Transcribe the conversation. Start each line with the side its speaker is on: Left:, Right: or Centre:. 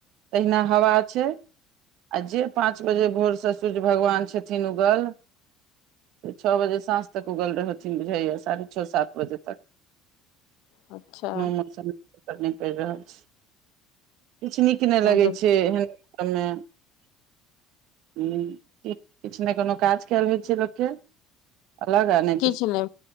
Right: तहिना हवा छैय आ जे पाँच बजे भोर से स भगवान छथिन उगल। से छः बजे साँझ तक उगल रहथिन बुझाइया साढ़े छः सात बजे तक।
Left: अच्छा
Right: <unintelligible> मौसम नहि पड़ि रहल छैय किछु नीक कि नहि लगै
Left: तहन तऽ
Right: छैय <unintelligible> किछु नहि कोनो काज कैल होइ छैय लोकके अलग आ नय
Left: किछ नहि